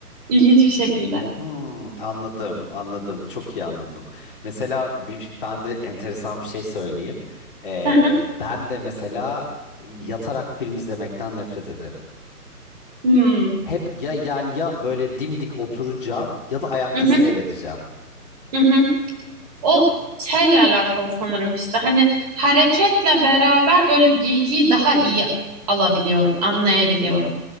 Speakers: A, on the right; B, on the left.
A: İlginç bir şekilde.
B: Hmm, anladım, anladım. Çok iyi anladım. Mesela bir, ben de enteresan bir şey söyleyeyim. Ee,
A: Hı hı.
B: ben de mesela yatarak film izlemekten nefret ederim.
A: Hmm.
B: Hep ya yani ya böyle dimdik oturacağım ya da ayakta
A: Mhm,
B: seyredeceğim.
A: mhm. O şeyle alakalı sanırım işte hani hareketle beraber böyle bilgiyi daha iyi alabiliyorum, anlayabiliyorum.